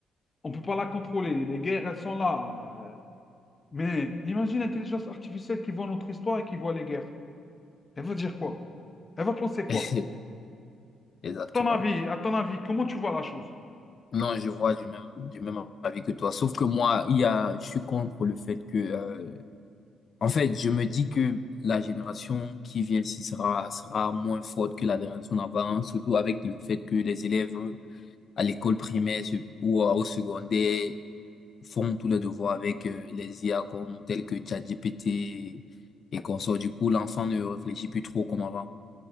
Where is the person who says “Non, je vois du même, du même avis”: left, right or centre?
Left